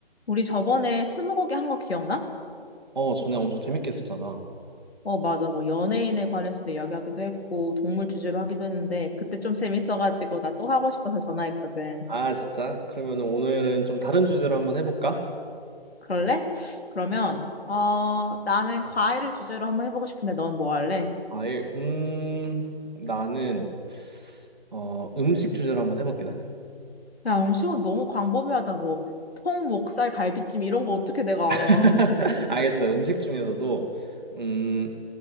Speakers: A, on the left (about 70°); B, on the right (about 45°).
A: 우리 저번에 스무고개 한 거 기억나?
B: 어, 전에 엄청 재밌게 했었잖아.
A: 어, 맞아. 뭐 연예인에 관해서도 이야기하기도 했고 동물 주제로 하기도 했는데 그때 좀 재밌어가지고 나 또 하고 싶어서 전화했거든.
B: 아, 진짜? 그러면 오늘은 좀 다른 주제로 한번 해볼까?
A: 그럴래? 그러면 어 나는 과일을 주제로 한번 해보고 싶은데 넌 뭐 할래?
B: 아, 예. 음, 나는, 어, 음식 주제로 한번 해볼게, 나는.
A: 야 음식은 너무 광범위하다. 뭐 통, 목살, 갈비찜 이런 거 어떻게 내가
B: <laughs>
A: 알아?
B: 알겠어. 음식 중에서도, 음,